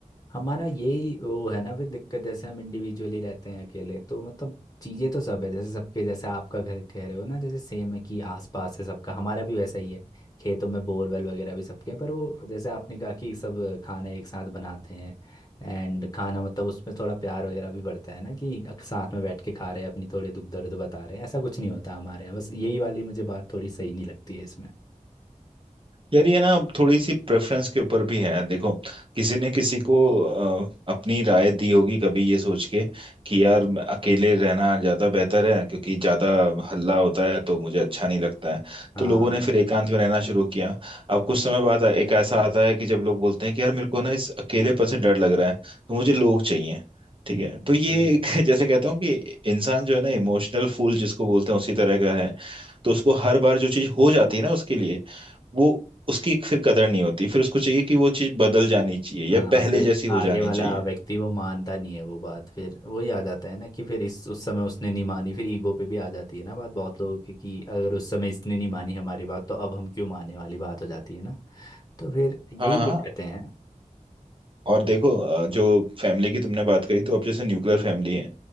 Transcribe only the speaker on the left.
हमारा यही वो है ना फिर दिक्कत जैसे हम इंडिविजुअली रहते हैं अकेले तो मतलब चीज़ें तो सब है जैसे सबके जैसे आपका घर कह रहे हो ना जैसे सेम है कि आसपास है सबका हमारा भी वैसा ही है खेतों में बोरवेल वगैरह भी सबके हैं पर वो जैसे आपने कहा कि सब खाना एक साथ बनाते हैं एंड खाना मतलब उसमें थोड़ा प्यार वगैरह भी बढ़ता है ना कि साथ में बैठ के खा रहे हैं अपनी थोड़ी दुख दर्द बता रहे हैं ऐसा कुछ नहीं होता हमारे यहाँ बस यही वाली मुझे बात थोड़ी सही नहीं लगती है इसमें
हाँ
हम्म,
फिर
हाँ
फिर
आगे
वाला
व्यक्ति वो मानता नहीं है वो बात फिर वही आ जाता है ना कि फिर इस उस समय उसने नहीं मानी फिर ईगो पे भी आ जाती है ना बात बहुत लोगों की कि अगर उस समय इसने नहीं मानी हमारी बात तो अब हम क्यों मानने वाली बात हो जाती है ना तो फिर यही
दिक्कतें
हैं